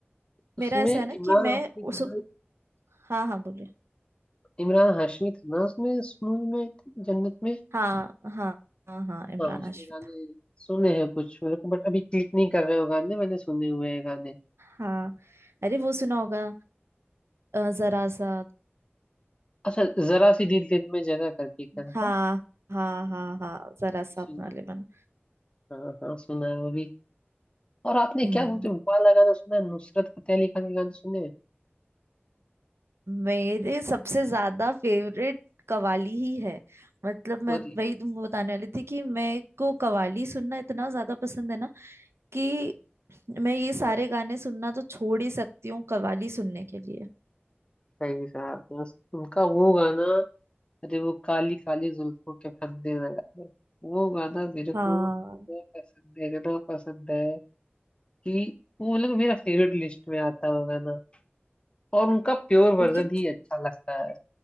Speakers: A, on the left; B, on the right.
A: उसमें
B: मेरा ऐसा
A: इमरान
B: है ना कि मैं
A: हाशमी
B: उस
A: था ना
B: हाँ हाँ बोले
A: इमरान हाशमी था ना उसमें इस मूवी में जन्नत में
B: हाँ हाँ हाँ हाँ इमरान
A: हाँ उसके
B: हाशमी
A: गाने
B: था
A: सुने हैं कुछ मेरे को बट अभी क्लिक नहीं कर रहे हो गाने मैंने सुने हुए हैं गाने
B: हाँ अरे वो सुना होगा अ, जरा सा
A: अच्छा जरा सी दिल दिन में जगह करके एक गाना
B: हाँ
A: था
B: हाँ हाँ हाँ जरा सा
A: सुना
B: अपना लेमन
A: है। हाँ हाँ सुना है वो भी और आपने
B: हम्म
A: क्या बोलते हो वाला गाना सुना है नुसरत फतेह अली खान के गाने सुने हैं?
B: मेरे सबसे ज्यादा फेवरेट कवाली ही है मतलब
A: अरे
B: मैं वही तुमको बताने वाली थी कि मैं को कवाली सुनना इतना ज्यादा पसंद है ना कि मैं ये सारे
A: हाँ
B: गाने सुनना तो छोड़ ही सकती हूँ कवाली सुनने के लिए
A: सही कहा आपने। उस- उनका वो गाना अरे वो काली काली जुल्फों के फंदे में गाना वो गाना मेरे
B: हाँ
A: को इतना पसंद है इतना पसंद है कि वो मतलब मेरा फेवरेट लिस्ट में आता है वो गाना और उनका प्योर वर्जन
B: उनके त-
A: ही अच्छा लगता है